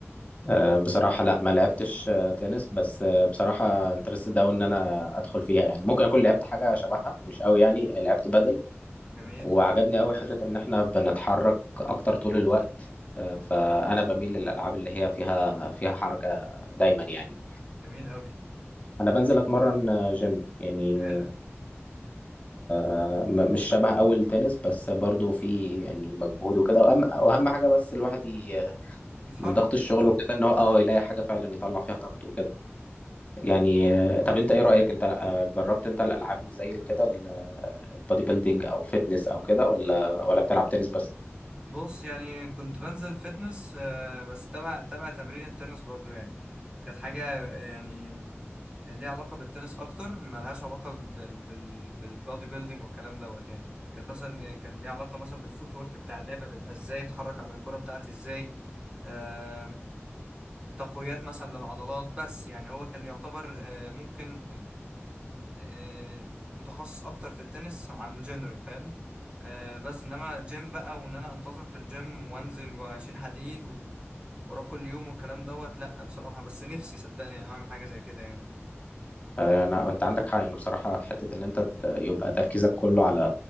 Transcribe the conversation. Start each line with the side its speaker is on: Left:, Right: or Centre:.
Left: آه، بصراحة لا ما لعبتش آه، تنس بس آه، بصراحة انترستد أوي إن أنا أدخل فيها يعني ممكن أكون لعبت حاجة شبهها مش أوي يعني آه، لعبت بدل
Right: جميل
Left: وعجبني أوي حتة إن إحنا بنتحرك أكتر طول الوقت آه، فأنا بميل للألعاب اللي هي فيها فيها حركة دايما يعني
Right: جميل أوي
Left: أنا بنزل أتمرن آه، جيم يعني
Right: حلو
Left: آه، م- مش شبه أوي التنس بس برضو في يعني مجهود وكده وأهم وأهم حاجة بس الواحد ي-
Right: بيتحرك
Left: من ضغط الشغل وكده إن هو أه يلاقي حاجة فعلا يطلع فيها طاقته وكده يعني آه، طب انت ايه رأيك انت آه، جربت انت الالعاب اللي زي كده ال- البودي بيلدينج او فيتنس او كده ولا ولا بتلعب تنس بس
Right: بص يعني كنت بنزل فتنس آه، بس تبع تبع تمرين التنس برضو يعني كانت حاجة يعني يعني ليها علاقة بالتنس أكتر ملهاش علاقة بال بال بالبودي بيلدينج والكلام دوت يعني كانت مثلا يعني كان ليها علاقة مثلا بالفوت ورك بتاع اللعبة بيبقى إزاي بتحرك على الكرة بتاعتي إزاي آه، تقويات مثلا للعضلات بس يعني هو كان يعتبر آه، ممكن آه، متخصص اكتر في التنس عن جنرال فاهم آه، بس انما جيم بقى وان انا انتظم في الجيم وانزل واشيل حديد و... واروح كل يوم والكلام دوت لا بصراحة بس نفسي صدقني اعمل حاجة زي كده يعني
Left: آه، انا انت عندك حق يعني بصراحة حتة ان انت ت- يبقى تركيزك كله على